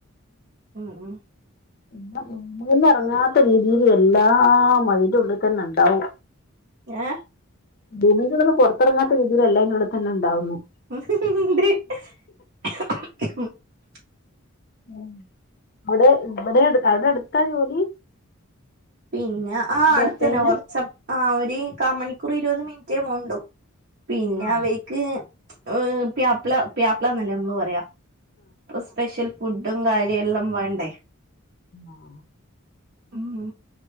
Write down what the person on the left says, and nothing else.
<unintelligible> ഇറങ്ങാത്ത വീടുകളിൽ എല്ലാം അതിന്റെ ഉള്ളിൽ തന്നെ ഉണ്ടാവും
റൂമിന്റെ ഉള്ളീന്ന് പുറത്തിറങ്ങാത്ത രീതിയിൽ എല്ലാം അതിന്റെ ഉള്ളിൽ തന്നേ ഉണ്ടാവൂന്ന്
ഉം ഇവിടെ ഇവിടെ അടു അവിടെ അടുത്താ ജോലി
ഭർത്താവിന്
ആ
ആഹ്